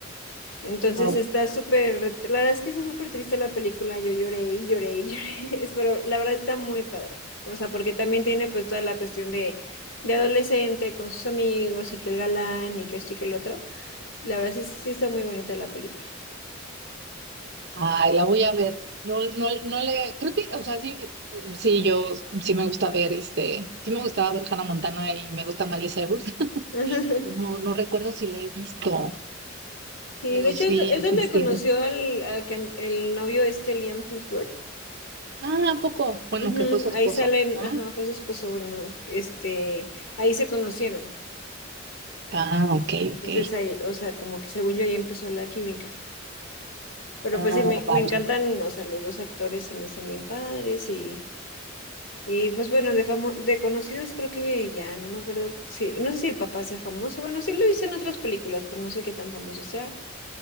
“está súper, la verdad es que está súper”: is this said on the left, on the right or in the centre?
Left